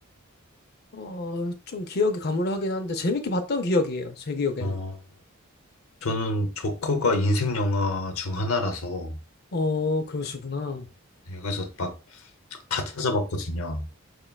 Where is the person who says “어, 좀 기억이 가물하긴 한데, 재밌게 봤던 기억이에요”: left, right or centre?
Left